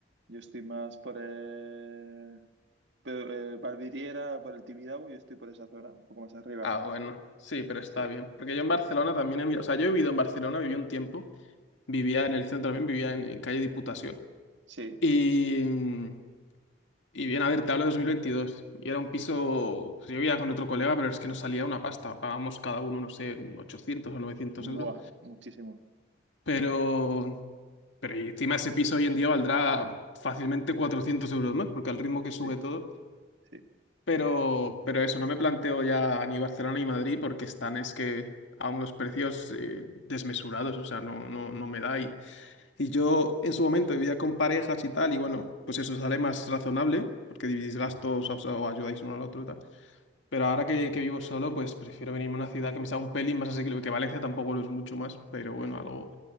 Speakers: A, on the right; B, on the left.
A: Yo estoy más por el... pe- eh, Barbiriera, por el Tibidabo, yo estoy por esa zona, un poco más arriba.
B: Ah, bueno, sí, pero está
A: Sí,
B: bien. Porque yo en Barcelona también he vivido, o sea, yo he vivido en Barcelona, viví un tiempo, vivía en el centro también, vivía en, en calle Diputación.
A: sí.
B: Y, mm, y bien, a ver, te hablo de 2022. Y era un piso, pues yo vivía con otro colega, pero es que nos salía una pasta. Pagábamos cada uno, no sé, 800 o 900 euros.
A: Buah, muchísimo.
B: Pero, pero y encima ese piso hoy en día valdrá fácilmente 400 euros más, porque al ritmo que sube
A: Sí,
B: todo.
A: sí,
B: Pero,
A: sí.
B: pero eso, no me planteo ya ni Barcelona ni Madrid porque están es que a unos precios eh, desmesurados, o sea, no, no, no me da. Y, y yo en su momento vivía con parejas y tal, y bueno, pues eso sale más razonable porque dividís gastos o, sea, o ayudáis uno al otro y tal. Pero ahora que, que vivo solo, pues prefiero venirme a una ciudad que me sea un pelín más asequible, que Valencia tampoco lo es mucho más, pero bueno, algo,